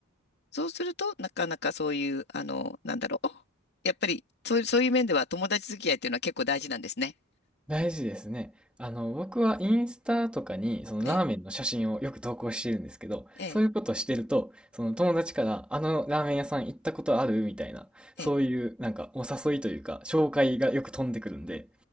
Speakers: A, on the left; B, in the centre.
A: そうすると、なかなかそういう、あの、なんだろう。やっぱり、そういう、そういう面では友達付き合いっていうのは結構大事なんですね。
B: 大事ですね。あの、僕はインスタとかに、そのラーメンの写真をよく投稿してるんですけど、
A: ええ、ええ、
B: そういうことをしてると、その友達から、あのラーメン屋さん行ったことあるみたいな、
A: ええ。
B: そういう、なんか、お誘いというか、紹介がよく飛んでくるんで、